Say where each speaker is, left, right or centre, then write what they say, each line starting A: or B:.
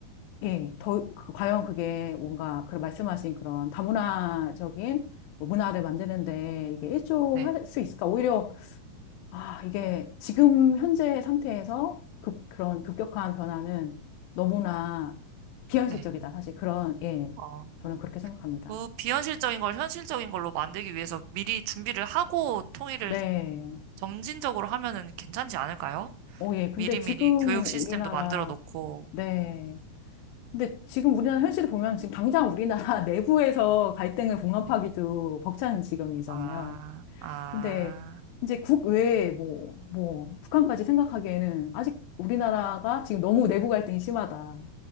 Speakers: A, on the left; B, on the right.
A: 예, 더, 그- 과연 그게 뭔가, 그 말씀하신 그런 다문화적인 뭐 문화를 만드는데 이게 일조할
B: 네,
A: 수 있을까? 오히려, 아, 이게 지금 현재 상태에서 급, 그런 급격한 변화는 너무나 비현실적이다.
B: 네.
A: 사실 그런, 예,
B: 어.
A: 저는 그렇게 생각합니다.
B: 그 비현실적인 걸 현실적인 걸로 만들기 위해서 미리 준비를 하고 통일을
A: 네.
B: 점진적으로 하면은 괜찮지 않을까요?
A: 어, 예. 근데
B: 미리미리
A: 지금
B: 교육 시스템도
A: 우리나라,
B: 만들어 놓고.
A: 네. 근데 지금 우리나라 현실을 보면 지금 당장 우리나라 <laughs> 내부에서 갈등을 봉합하기도
B: 네.
A: 벅찬 지경이잖아요.
B: 아, 아,
A: 근데 이제 국외에 뭐, 뭐, 북한까지 생각하기에는 아직 우리나라가 지금 너무 내부 갈등이 심하다.